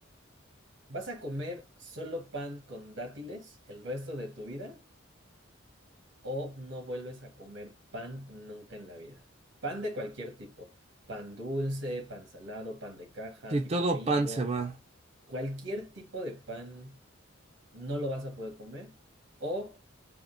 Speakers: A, on the right; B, on the right.
A: ¿Vas a comer solo pan con dátiles el resto de tu vida? o no vuelves a comer pan nunca en la vida. Pan de cualquier tipo, pan dulce, pan salado, pan de caja,
B: Si
A: tipo
B: todo
A: Bimbo,
B: pan se va,
A: cualquier tipo de pan no lo vas a poder comer o